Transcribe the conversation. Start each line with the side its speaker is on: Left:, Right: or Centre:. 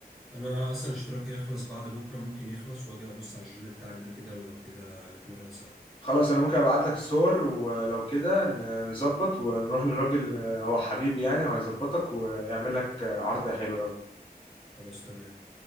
Centre: انا اصلا اشتراكي هيخلص بعد بكره ممكن يخلص واجي ابص على الجيم بتاعك ده كده ولو كده نتمرن سوا
Left: خلاص انا ممكن ابعت لك الصور ولو كده ن- نظبط ونروح للراجل آه، هو حبيبي يعني هيظبطك ويعمل لك آه، عرض حلو قوي
Centre: خلاص تمام